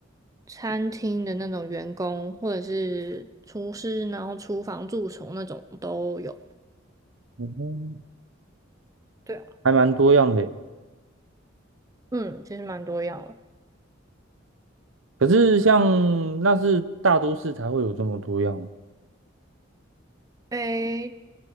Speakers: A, on the right; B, on the right.
A: 餐厅的那种员工，或者是厨师，然后厨房蛀虫那种都有。
B: 嗯
A: 对啊，
B: 还蛮多样的耶
A: 嗯，其实蛮多样了。
B: 可是像那是大都市才会有这么多样，
A: 诶，